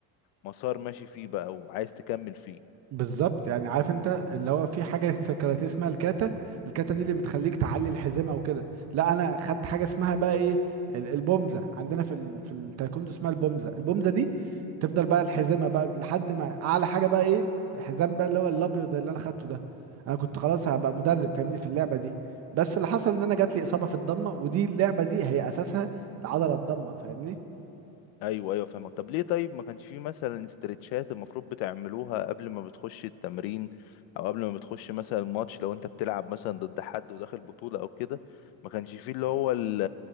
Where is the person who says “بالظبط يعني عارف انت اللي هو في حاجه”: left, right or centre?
Right